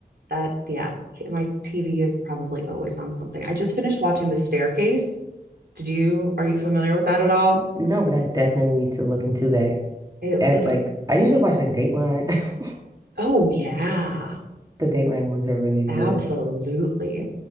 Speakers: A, on the right; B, on the right.
A: that yeah, my TV is probably always on something. I just finished watching The Staircase. Did you are you familiar with that at all?
B: No, but I definitely need to look into that.
A: It,
B: And,
A: it's
B: Like I usually watch like Dateline. <laughs>
A: oh yeah,
B: The Dateline ones are really good.
A: absolutely.